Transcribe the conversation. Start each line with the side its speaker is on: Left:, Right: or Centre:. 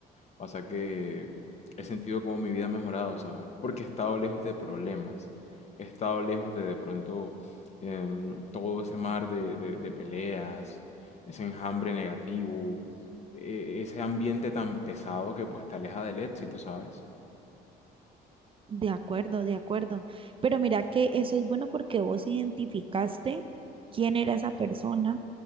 Left: pasa que he sentido como mi vida ha mejorado, ¿sabes? Porque he estado lejos de problemas. He estado lejos de de pronto em, todo ese mar de, de- de peleas, ese enjambre negativo, e- e, ese ambiente tan pesado que pues te aleja del éxito, ¿sabes?
Right: De acuerdo, de acuerdo. Pero mira que eso es bueno porque vos identificaste quién era esa persona